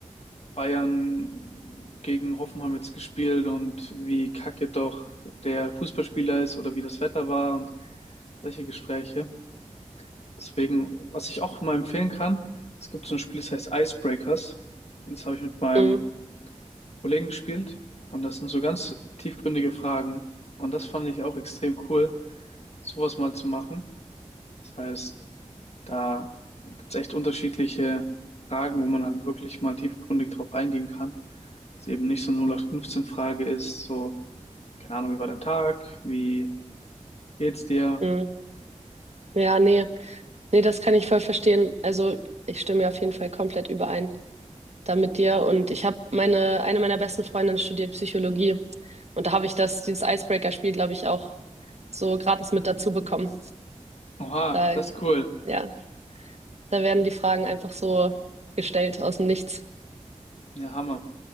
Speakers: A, on the left (about 60°); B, on the right (about 60°).
A: Bayern gegen Hoffenheim jetzt gespielt und wie kacke doch der Fußballspieler ist oder wie das Wetter war und solche Gespräche. Deswegen, was ich auch mal empfehlen kann, es gibt so ein Spiel, das heißt Icebreakers. Das habe ich mit meinem
B: mm,
A: Kollegen gespielt und das sind so ganz tiefgründige Fragen. Und das fand ich auch extrem cool, sowas mal zu machen. Das heißt, da gibt's echt unterschiedliche Fragen, wo man halt wirklich mal tiefgründig drauf eingehen kann. Dass es eben nicht so eine 0815-Frage ist, so, keine Ahnung, wie war dein Tag? Wie geht's dir?
B: mm. Ja, nee, nee, das kann ich voll verstehen. Also, ich stimme ja auf jeden Fall komplett überein da mit dir. Und ich habe meine, eine meiner besten Freundinnen studiert Psychologie. Und da habe ich das, dieses Icebreaker-Spiel, glaube ich, auch so gratis mit dazu bekommen.
A: Oha,
B: Da,
A: das ist cool.
B: ja. Da werden die Fragen einfach so gestellt aus dem Nichts.
A: Ja, Hammer.